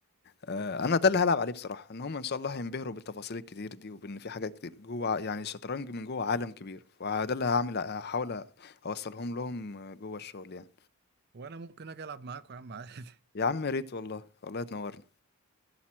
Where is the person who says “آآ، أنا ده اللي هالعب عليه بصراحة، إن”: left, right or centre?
Left